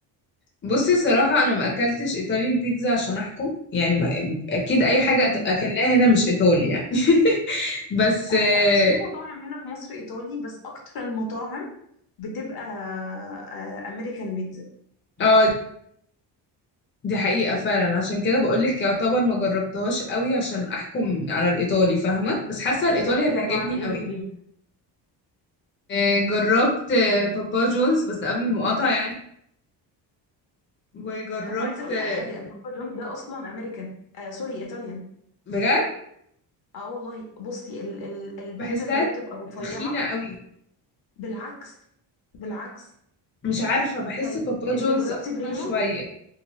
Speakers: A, on the left; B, on the left.
A: بصي الصراحة أنا ما أكلتش إيطاليان بيتزا عشان أحكم يعني ما أكيد أي حاجة
B: بيتزا
A: أت- أكلناها هنا مش إيطالي يعني <laughs> بس
B: آه
A: آه
B: لا بص في مطاعم هنا في مصر ايطالي بس اكتر المطاعم بتبقى آه امريكان بيتزا
A: آه، دي حقيقة فعلا عشان كده بقولك يعتبر ما جربتهاش قوي عشان أحكم على الإيطالي فاهمة بس حاسة
B: طب
A: الإيطالي
B: جربتي
A: هتعجبني
B: مطاعم ايه
A: قوي
B: في البيتزا
A: آه جربت آه بابا جونز بس ده قبل المقاطعة يعني وجربت
B: طب ما عايزه اقول
A: آه
B: لك على حاجه ان بابا جونز ده اصلا امريكان آه سوري ايطاليان
A: بجد
B: اه والله بصي ال ال البيتزا
A: بحسها
B: اللي هي بتبقى رفيعه
A: تخينة قوي
B: بالعكس بالعكس
A: مش عارفة بحس
B: طيب
A: بابا جونز
B: انت جربتي
A: أتخن
B: بريموز
A: شوية